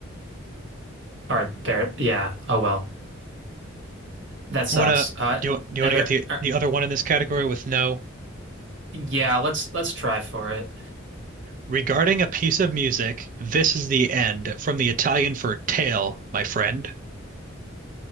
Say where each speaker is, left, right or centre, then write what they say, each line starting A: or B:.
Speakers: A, on the right; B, on the right.
A: All right. Bar yeah. Oh well. That sucks.
B: Wanna
A: Uh,
B: do you, do you
A: are
B: wanna
A: there?
B: get the
A: Are,
B: the other one in this category with no?
A: yeah. Let's let's try for it.
B: Regarding a piece of music, this is the end from the Italian for tail, my friend.